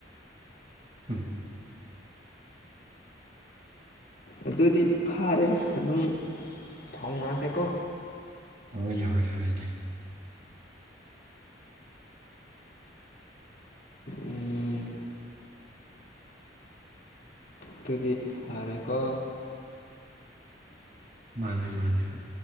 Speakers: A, on the right; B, on the left.
A: ꯑ
B: ꯑꯗꯨꯗꯤ ꯐꯥꯔꯦꯅ ꯑꯗꯨꯝ ꯊꯥꯎꯅꯔꯁꯦꯀꯣ
A: ꯍꯣꯏ ꯍꯣꯏ ꯍꯣꯏꯅꯦ
B: ꯎꯝ ꯑꯗꯨꯗꯤ ꯐꯔꯦꯀꯣ
A: ꯃꯥꯅꯦ ꯃꯥꯅꯦ ꯍꯥꯏ